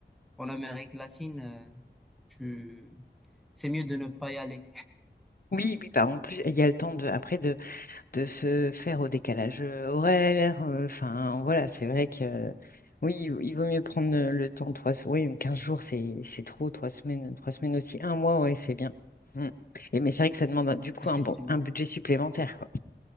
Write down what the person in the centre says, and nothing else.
en Amérique latine, euh, je... c'est mieux de ne pas y aller,
<laughs>
effectivement.